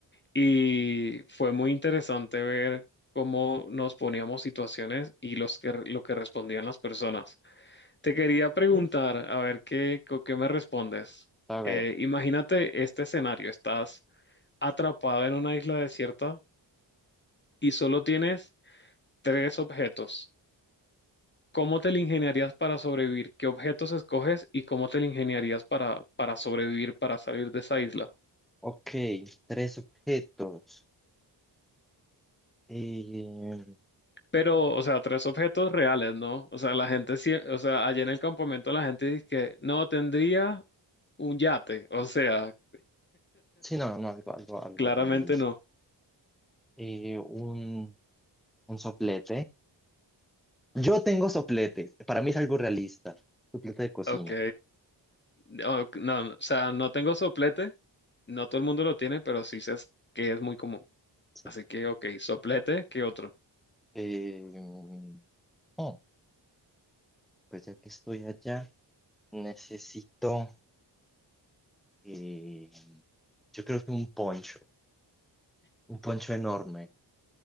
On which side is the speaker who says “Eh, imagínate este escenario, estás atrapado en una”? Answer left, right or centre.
Left